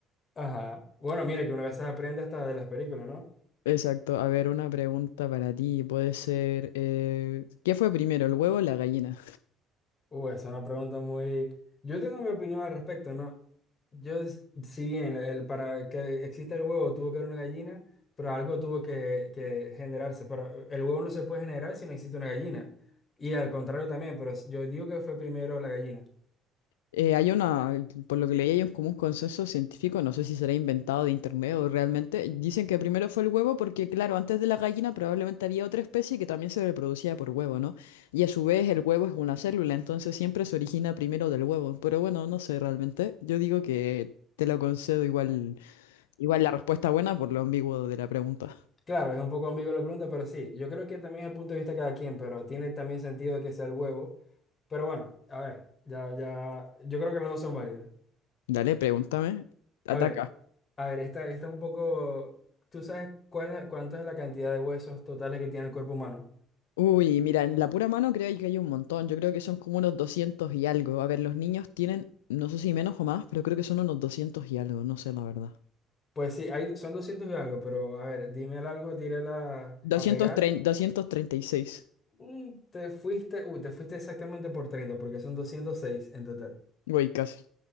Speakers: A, on the left; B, on the left.
A: Ajá. Bueno, mire que una vez se aprende hasta de las películas, ¿no?
B: Exacto. A ver, una pregunta para ti. Puede ser, eh, ¿qué fue primero, el huevo o la gallina?
A: Uh, esa es una pregunta muy... Yo tengo mi opinión al respecto, ¿no? Yo, s- si bien el, para que exista el huevo tuvo que haber una gallina, pero algo tuvo que, que generarse. Pero el huevo no se puede generar si no existe una gallina. Y al contrario también, pero yo digo que fue primero la gallina.
B: Eh, hay una, por lo que leí, hay un común consenso científico, no sé si será inventado de internet o realmente. Dicen que primero fue el huevo porque, claro, antes de la gallina probablemente había otra especie que también se reproducía por huevo, ¿no? Y a su vez el huevo es una célula, entonces siempre se origina primero del huevo. Pero bueno, no sé realmente. Yo digo que te lo concedo igual, igual la respuesta buena por lo ambiguo de la pregunta.
A: Claro, es un poco ambigua la pregunta, pero sí, yo creo que también es el punto de vista de cada quien, pero tiene también sentido que sea el huevo. Pero bueno, a ver, ya, ya, yo creo que las dos son válidas.
B: Dale, pregúntame. Ataca.
A: A ver, A ver, esta, esta un poco. ¿Tú sabes cuál es- cuánto es la cantidad de huesos totales que tiene el cuerpo humano?
B: Uy, mira, en la pura mano creo que hay un montón. Yo creo que son como unos 200 y algo. A ver, los niños tienen, no sé si menos o más, pero creo que son unos doscientos y algo, no sé la verdad.
A: Pues sí, hay, son 200 y algo, pero a ver, dime el algo, tírala
B: doscientos
A: a pegar.
B: doscientos treinta doscientos treinta y seis
A: Mm, te fuiste, uh, te fuiste exactamente por 30, porque son 206 en total.
B: Uy, casi,